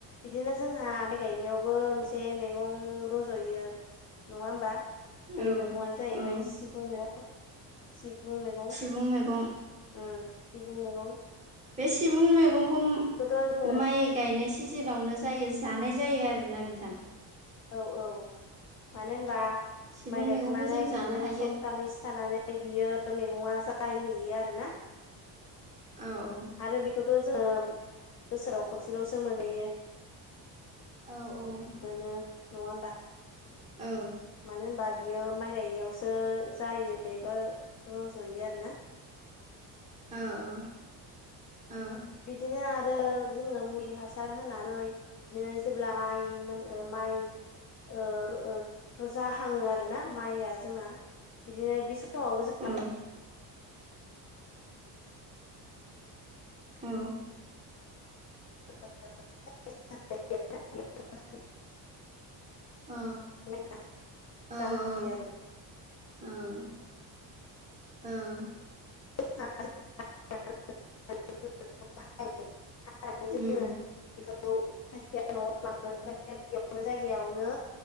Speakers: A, on the left; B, on the right.
A: बिदिनो जोंहा माइ गायनायावबो मोनसे मैगं रज'यो। नङा होमबा बे
B: औ
A: मैगंआनो जाहैबाय
B: औ
A: सिबुं मेगं सिबुं मैगं।
B: बुं मेगं।
A: उम सिबुं मेगं।
B: बे सिबुं मैगंखौ
A: जोङो
B: माइ गायनाय सिजोनावनो जायो जानाय जायो आरोना बिथां।
A: औ औ मानो होनबा
B: सिबुं
A: माइ गायखांनानै
B: मैगंखौ जों जानो
A: बिदिनो
B: हायो
A: सप्तानैसो थानानै ओमफ्राय बियो मैगङा जायहैयो आरो ना।
B: औ औ।
A: आरो बेखौथ' जोङो बोसोराव खनसेल'सो मोनहैयो।
B: औ औ
A: मोनो नङा होमबा?
B: ओ।
A: मानो होनबा बियो माइ गायनायावसो जायो एबा रज'यो आरो ना।
B: अ अ अ।
A: बिदिनो आरो जोङो मुलि हासार होनानै बिदि जेब्ला माइ मोन माइ ओ र रजाहाङो आरोना माइआ जोंना बिदिनो बे समावबो जों
B: उम्म। औ।
A: <inaudible>
B: अ
A: माइया
B: औ औ
A: जाहायो आरो
B: औ। ओं।
A: <inaudible>
B: उम्म।
A: बेखौ खायफाया न'आव लाङो खायफाया बेयावनो जायगायावनो